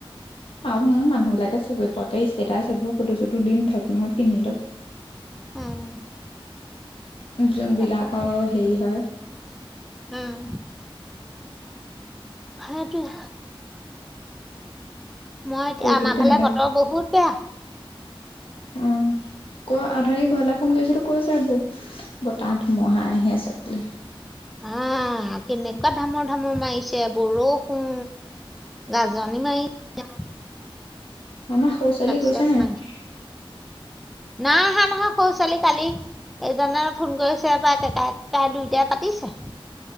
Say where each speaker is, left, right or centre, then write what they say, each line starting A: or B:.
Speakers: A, on the left; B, in the centre.
A: তাহুন মানুহ বিলাকে চবে পোৱাকৈ ষ্টেটাচ এইবোৰ সুধোছো দুদিন ধাক নহয় পিন্ধিলো।
B: উম,
A: যোনবিলাকৰ
B: তাকেতো
A: হেৰি হয়।
B: উম, সেইটোৱেই মই এতিয়া
A: ক'তো
B: আমাৰ
A: তেনেকা
B: ফালে বতৰ বহুত বেয়া
A: অ ক উঠুনি ঘৰলে ফোন কৰিছিলো কৈছে বৌ বতাহ ধুমুহা আহি আছে বুলি।
B: আহ কেনেকুৱা ধামৰ ধামৰ মাৰিছে বৰষুণ। গাজনি মাৰিছে।
A: মামা সৰু ছোৱালী গৈছে
B: চেপ
A: নাই?
B: মাৰিছে নাই আহা নহয় সৰু ছোৱালী কালি। এজনে ফোন কৰিছে পাই কেকাই কেকাই দুইটাই পাতিছে।